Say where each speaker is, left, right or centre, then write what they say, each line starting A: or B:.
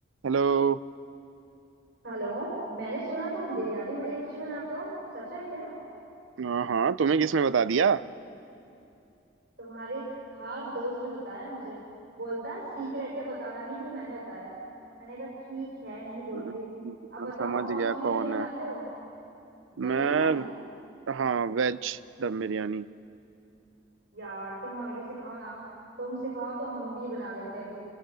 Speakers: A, on the right (about 90°); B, on the right (about 70°).
A: Hello
B: हेलो मैंने सुना तुम बिरयानी बड़ी अच्छी बनाते हो सच है क्या
A: हाँ हाँ तुम्हें किसने बता दिया
B: तुम्हारे एक खास दोस्त ने बताया मुझे बोलता है सीक्रेट है बताना नहीं कि मैंने बताया मैंने कहा ठीक है नहीं बोलूंगी
A: हम्म,
B: अब
A: मैं
B: बताओ
A: समझ
B: कौन
A: गया
B: सी बिरयानी
A: कौन
B: बनाते
A: है
B: हो दम
A: मैं
B: बिरयानी
A: हाँ वेज दम बिरयानी
B: यार तुम हमें भी सिखाओ ना तुम सिखाओ तो हम भी बना लेते हैं अभी